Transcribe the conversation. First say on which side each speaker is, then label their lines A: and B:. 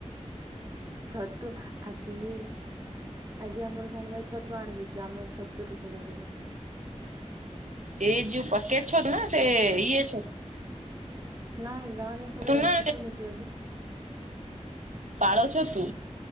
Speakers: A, on the right; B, on the right.
A: ଛତୁ ଆଜି ବି ଆଜି ଆମର ସାନ ଭାଇ ଛତୁ ଆଣିଦେଇଚି ଆମେ ଛତୁ ରୁଷେଇ କରୁବୁ।
B: ଏଇ ଯୋଉ ପକେଟ ଛତୁ ନା ସେ ଇଏଛତୁ?
A: ନାଇଁ ଗାଁ ଯାକରେ
B: ନା
A: ଫୁଟୁନି କି ଏବେ?
B: ପାଳ ଛତୁ